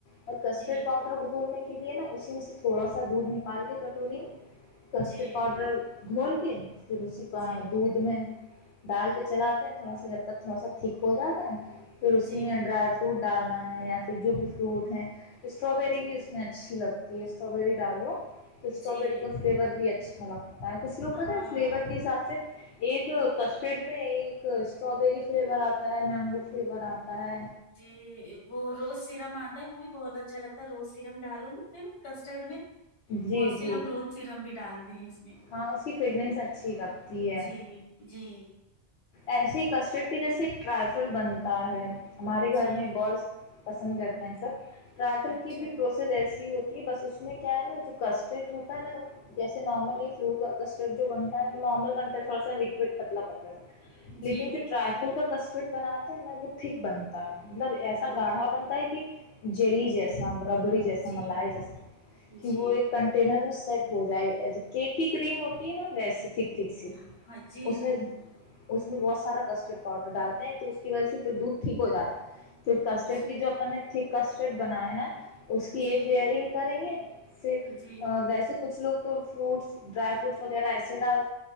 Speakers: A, on the left; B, on the left.
A: اور کسٹرڈ
B: جی
A: پاؤڈر کو دھومنے کے لیے نا اسی میں سے تھوڑا سا دودھ نکال کے کٹ ٹورم کسٹرڈ
B: جی
A: پاؤڈر گھول کے پھر اسی پا
B: جی
A: دودھ میں ڈال کے چلاتے ہیں تھوڑا سا جب تک تھوڑا سا ٹھیک ہو جاتا ہے پھر اسی
B: جی
A: میں ڈرائی فروٹ ڈالنا ہے یا پھر جو بھی فروٹ ہیں اسٹراببری
B: جی
A: بھی اس میں اچھی لگتی یہ اسٹرابری ڈالو تو سٹرابیری
B: جی
A: کا فلیور بھی ہے چھلا یں کچھ لوگ بتا
B: ہاں
A: فلیور کے حساب سے ایک کسٹرڈ میں ایک اسٹرابری فلیور آتا ہے مینگو فلیور آتا ہے
B: جی وہ روز سیرم آتا ہے وہ بھی بہت تو اچھا لگتا ہے روز سرم ڈالوں پہا کسٹرڈ میں
A: جی
B: بہت سے
A: جی
B: لوگ روز سرم بھی ڈالتے ہیں اس میں
A: ہاں اس کی فریگنینس اچھی لگتی ہے
B: جی جی
A: ایسے ہی کسٹرڈ کی جیسے ایک ٹرائفل بنتا ہے ہمارے گھر
B: جی
A: میں بس پسند کرتے ہیں سب ٹرریل
B: اچھا
A: کی بھی پروسیس ایسی ہوتی بس اس میں کیا ہے نا جو کسٹرڈ ہوتا نا جیسے نارمل یہ فروٹ کسٹرڈ جو بنتا ہے وہ نارمل بنتا ہے تھوڑا سا لکوڈ پتلا پتلا سا لیکن
B: جی
A: جو ٹرائفل کا کسٹم فٹ بناتے ہیں نہ وہ تھک بنتا ہے مطلب ایسا
B: اچھا
A: گاڑھا بنتا ہے کہ جلیجس سا ربڑی جیسا
B: جی
A: ملائی جیسا کہ
B: جی
A: وہ ایک کنٹینر سیٹ ہو جائے گی کی کریم ہوتی ہے نا ویسی ٹھیک
B: جی
A: ٹھیک سی
B: ہاں جی
A: اس
B: جی
A: میں اس میں بہت سارا کسٹرڈ پاؤڈر ڈالتے ہیں تو اس کی وجہ سے پھر دودھ ٹھیک ہو جاتا ہے پھر کسٹرڈ
B: اچھا
A: کی جو اپ نے تھک کسٹرڈ بناائے ہیں اس کی
B: جی
A: ایک لیئرنگ کریں گے پھر
B: جی
A: ویسے کچھ لوگ تو فروٹس ڈرائی فروٹس وغیرہ ایسے ڈال